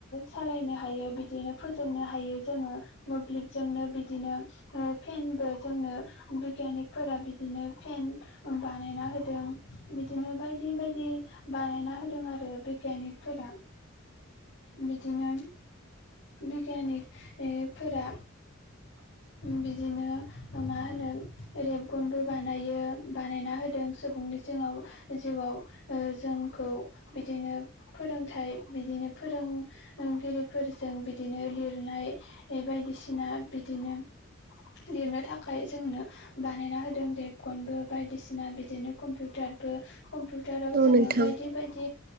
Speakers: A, on the left; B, on the right.
A: सालायनो हायो बिदिनो फोजोंनो हायो जोङो मोब्लिबजोंनो बिदिनो ओ फेनबो जोंनो बिगिनिकफोरा बिदिनो फेन बानायना होद दों बिदिनो बायदि बायदि बानायना होदों आरो बिगियानिकफोरा बिदिनो बिगियानिग ओ फोरा
B: <inaudible>
A: बिदिनो मा होनो रेबगन बानायो बानायना होदों सुबुंनि जों जिवाव ओ जोंखौ बिदिनो फोरोंथाय बिदिनो फोरोंगिरिफोरजों बिदिनो लिरनाय बायदिसिना बिदिनो लिरनो थाखाय जोंनो बानायना होदों रेबकनबो बायदिसिना बिदिनो कम्पिउटार कमपिउटाराव
B: औ
A: जोङो
B: नोंथां
A: बायदि बायदि